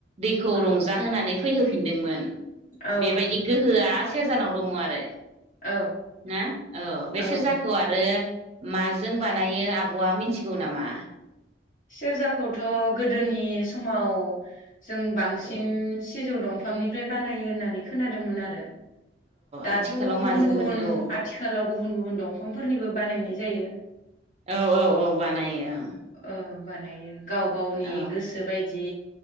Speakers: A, on the right (about 35°); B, on the left (about 45°).
A: दैखौ
B: औ
A: रंजाहोनानै फैहोफिनदोंमोन
B: औ
A: बेबायदि
B: औ
A: गोहोआ सेरजानाव दङ आरो
B: औ
A: ना औ बे
B: औ
A: सेरजाखौ आरो ओ माजों बानायो आबआ मिन्थिगौ नामा।
B: सेरजाखौ थ गोदोनि समाव जों बांसिन
A: औ
B: सिजौ दंफांनिफ्राय बानायो होननानै खोनादोंमोन आरो। दाथ
A: आथिखालाव
B: गुबुन-गुबुन
A: माजों बानाय औ
B: आथिखालाव गुबु गुबुन-गुबुन दंफांफोरनिबो बानायनाय जायो।
A: औ औ औ बानायो ओं
B: ओ बानायो गाव-गावनि
A: औ
B: गोसो बाय दि